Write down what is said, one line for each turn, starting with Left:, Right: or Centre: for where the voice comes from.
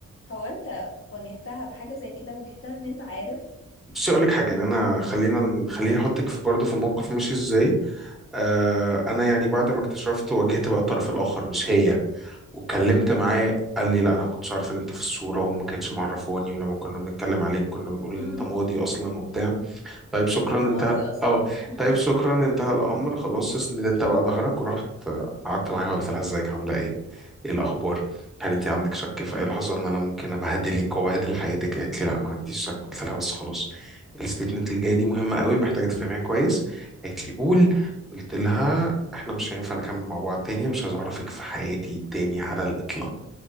Left: هو انت واجهتها بحاجه زي كده واجهتها ان انت عارف
Centre: بصي اقول لك حاجه يعني انا خلينا خليني احطك في برضه في الموقف ماشي ازاي آه انا يعني بعد ما اكتشفت واجهت بقى الطرف الاخر مش هي واتكلمت معاه قال لي لا انا ما كنتش عارف ان انت في الصوره وما كانتش معرفاني ولما كنا بنتكلم عليك كنا بنقول
Left: امم
Centre: ان انت ماضي اصلا وبتاع طيب شكرا
Left: ان انت ماضي
Centre: انتهى
Left: اصلا
Centre: اه
Left: مم.
Centre: طيب شكرا انتهى الامر خلاص اسند انت بقى ظهرك ورحت آه، قعدت معاها قلت لها ازيك عامله ايه ايه الاخبار هل انت عندك شك في
Left: امم
Centre: اي لحظه ان انا ممكن ابهدلك وابهدل حياتك قالت لي لا ما عنديش شك قلت لها بس خلاص الستيتمنت اللي جاي دي مهمه قوي محتاجه تفهميها كويس قالت لي قول قلت لها احنا مش هينفع نكمل مع بعض تاني مش عايز اعرفك في حياتي تاني على الاطلاق